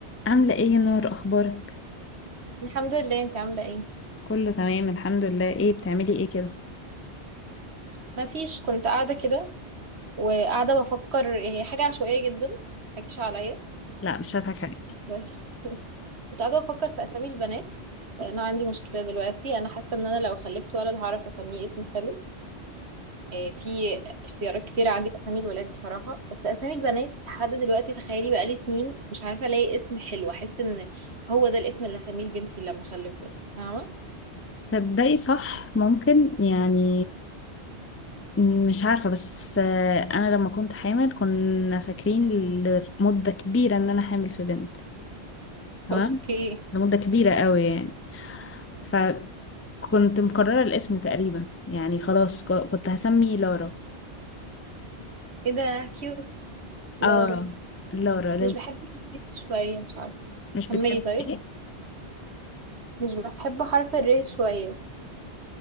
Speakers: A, on the left; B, on the right.
A: عاملة ايه يا نور اخبارك
B: الحمد لله انت عاملة ايه
A: كله تمام الحمد لله ايه بتعملي ايه كده
B: ما فيش كنت قاعدة كده وقاعدة بفكر هي حاجة عشوائية جدا متضحكيش عليا
A: لا مش هضحك عليك
B: <laughs> كنت قاعدة بفكر في أسامي البنات أنا عندي مشكلة دلوقتي أنا حاسة إن أنا لو خلفت ولد هعرف أسميه اسم حلو آه، في اختيارات كتير عندي في أسامي الولاد بصراحة بس أسامي البنات لحد دلوقتي تخيلي بقالي سنين مش عارفة ألاقي اسم حلو أحس إن هو ده الاسم اللي هسميه لبنتي لما أخلف بنت فاهمة؟
A: تبدأي صح ممكن يعني مش عارفة بس آه، انا لما كنت حامل كنا فاكرين لمدة كبيرة ان انا حامل في بنت تمام
B: اوكي
A: لمدة كبيرة قوي يعني فكنت مقررة الاسم تقريبا يعني خلاص ك- كنت هسمي لارا
B: ايه ده كيوت لورا
A: اه لارا
B: بس
A: لا-
B: مش بحب الكيوت شوية مش عارفة
A: مش
B: كملي
A: بتحبي
B: طيب
A: ايه
B: مش بحب حرف الر شوية